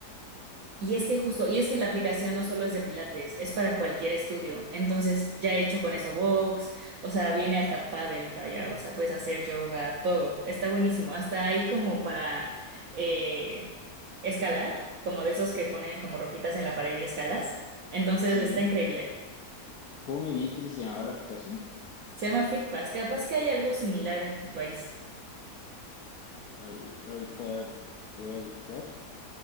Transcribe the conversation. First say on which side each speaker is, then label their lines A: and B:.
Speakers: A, on the right; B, on the left.
A: Y es que justo, y es que la aplicación no solo es de Pilates, es para cualquier estudio. Entonces, ya he hecho con eso box, o sea, viene hasta pádel para allá, o sea, puedes hacer yoga, todo. Está buenísimo. Hasta ahí como para eh, escalar, como de esos que ponen como roquitas en la pared y escalas. Entonces,
B: Sí.
A: está increíble.
B: ¿Cómo me dijiste que se llamaba la aplicación?
A: Se llama FitPass. Capaz que hay algo similar en tu país.
B: A ver, ahorita voy a buscar,